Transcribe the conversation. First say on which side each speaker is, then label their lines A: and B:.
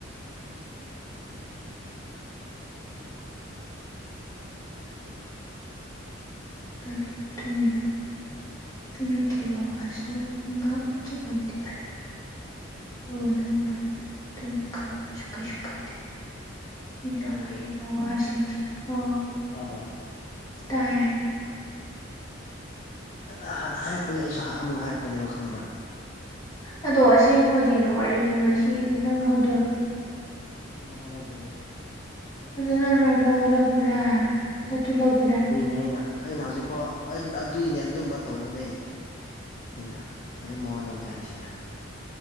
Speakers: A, on the left; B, on the left.
A: ꯄꯤ ꯃꯇꯨꯡ ꯏꯟꯅ ꯍꯥꯏꯩꯅꯈꯤꯕ ꯋꯥꯁꯨ ꯉꯥꯛꯅ ꯆꯠꯅꯕꯗꯤ ꯐꯩ ꯑ ꯅꯪꯅ ꯑꯗꯨꯝꯅ ꯈꯜꯂꯕꯁꯨ ꯀꯩꯁꯨ ꯀꯥꯏꯗꯦ ꯑꯩꯅ
B: ꯇꯥꯔꯕꯣ
A: ꯍꯥꯏꯌ
B: ꯕꯦ
A: ꯑꯣ ꯑꯣ
B: ꯇꯥꯕ꯭ꯔꯣ
A: ꯇꯥꯏ
B: ꯅꯪꯅ ꯍꯥꯟꯅ ꯍꯥꯏꯔꯛꯄꯒꯤ ꯑꯩꯁꯨ ꯑꯃꯨꯛ ꯍꯥꯏꯔꯛꯄꯅꯦꯕ ꯈꯪꯕ꯭ꯔꯥ
A: ꯑꯗꯣ ꯑꯁꯦꯡꯕꯗꯤꯅꯦ ꯋꯥꯔꯤꯁꯦ ꯉꯁꯤꯒꯤꯗꯤ ꯅꯪꯅ ꯍꯧ
B: ꯎꯝ ꯅꯋ ꯂꯧꯗꯦ ꯑꯩꯅ
A: ꯑꯗꯨ ꯅꯅ ꯂꯧꯑꯣ ꯂꯧꯒꯦꯔꯥ ꯅꯒꯦ
B: ꯑꯗꯨꯏꯅꯦ ꯑꯩꯅ ꯑꯩꯅ ꯍꯧꯖꯤꯛꯐꯥꯎ ꯑꯗꯨꯏꯅꯦ ꯑꯗꯨꯝꯕ ꯇꯧꯕꯗꯩꯅꯦ ꯑꯩꯅ ꯇꯥꯔꯦꯠ ꯃꯉꯥ ꯂꯧꯗꯦ ꯍꯥꯏꯔꯤꯁꯦ ꯑꯩꯅ